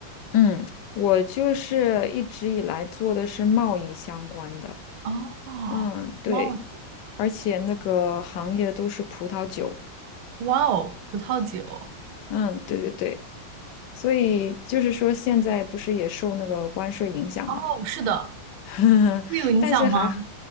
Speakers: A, on the left; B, on the right.
A: 嗯，我就是一直以来做的是贸易相关的，
B: 哦，
A: 嗯，对，
B: 哇哦
A: 而且那个行业都是葡萄酒，
B: 哇哦，葡萄酒。
A: 嗯，对对对，所以就是说现在不是也受那个关税影响嘛，
B: 哦，是的，
A: <laughs>
B: 会有影响吗？
A: 但是还